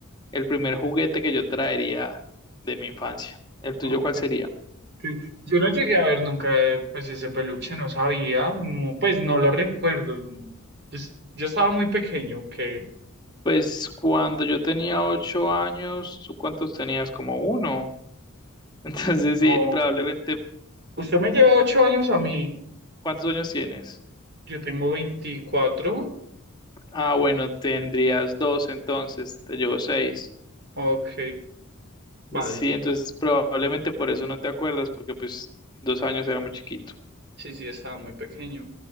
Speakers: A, on the left (about 20°); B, on the right (about 50°).
A: el primer juguete que yo traería de mi infancia. ¿El tuyo
B: Ok,
A: cuál sería?
B: ok. Yo no llegué a ver nunca eh, pues ese peluche, no sabía, no, pues no lo recuerdo. Pues, yo estaba muy pequeño, que
A: Pues cuando yo tenía ocho años, ¿tú cuántos tenías? Como uno. <laughs> Entonces
B: no.
A: sí, probablemente
B: Usted me lleva ocho años a mí,
A: ¿Cuántos años tienes?
B: yo tengo 24.
A: Ah, bueno, tendrías dos entonces, te llevo seis.
B: Ok, vale.
A: Sí, entonces probablemente por eso no te acuerdas, porque pues dos años era muy chiquito.
B: Sí, sí, estaba muy pequeño.